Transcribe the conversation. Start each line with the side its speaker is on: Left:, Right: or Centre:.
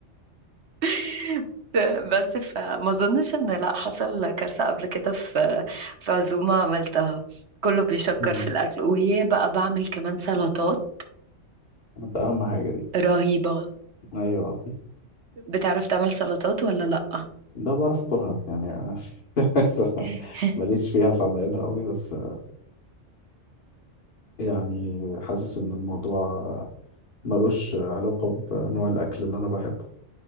Right: <laughs> بس فما اظنش ان لا حصل كارثة قبل كده في في عزومة عملتها كله بيشكر
Left: مم.
Right: في الاكل وهي بقى بعمل كمان سلطات
Left: ده اهم حاجة دي
Right: رهيبة
Left: ايوه
Right: بتعرف تعمل سلطات ولا لا
Left: <laughs> ده بعرف اكلها يعني <laughs> بس
Right: <laughs>
Left: ماليش فيها في عمايلها قوي بس يعني حاسس ان الموضوع ملوش علاقة بنوع الاكل اللي انا بحبه